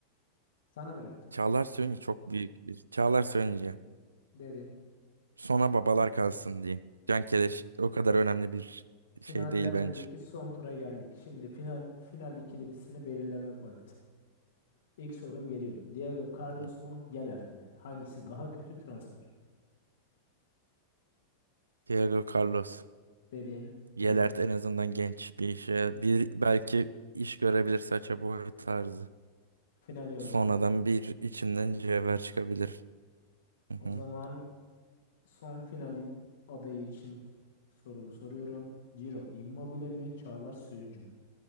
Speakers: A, on the left; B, on the right.
A: Sana bıraktım.
B: Çağlar Söyüncü çok büyük bir. Çağlar Söyüncü.
A: Dedin.
B: Sona babalar kalsın diyeyim. Can Keleş o kadar önemli bir şey
A: Finalden
B: değil bence.
A: önceki son tura geldik. Şimdi final final ikilisini belirleme vakti. İlk sorum geliyor. Diego Carlos
B: Hmm.
A: mu, Yelert mi? Hangisi daha kötü transfer?
B: Diego Carlos.
A: Dedin
B: Yelert
A: filan
B: en azından genç bir işe. Bir, belki iş görebilir saça boy tarzı.
A: Finale yolladın.
B: Sonradan bir içinden cevher çıkabilir. Hı
A: O
B: hı.
A: zaman son final adayı için sorumu soruyorum. Ciro Immobile mi, Çağlar Söyüncü mü?